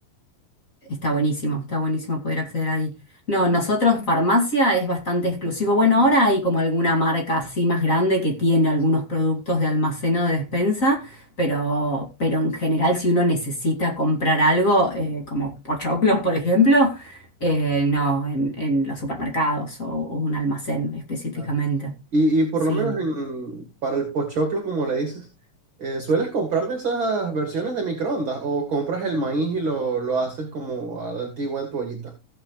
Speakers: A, on the left (about 25°); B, on the right (about 40°).
A: Está buenísimo, está buenísimo poder acceder ahí. No, nosotros farmacia es bastante exclusivo. Bueno, ahora hay como alguna marca así más grande que tiene algunos productos de almacén o de despensa, pero, pero en general si uno necesita comprar algo, eh, como pochoclos, por ejemplo, eh, no, en, en los supermercados o, o un almacén específicamente.
B: Claro. Y, y por
A: Sí,
B: lo menos en- para el pochoclo, como le dices, eh, ¿sueles comprar de esas versiones de microondas o compras el maíz y lo, lo haces como a la antigua en tu ollita?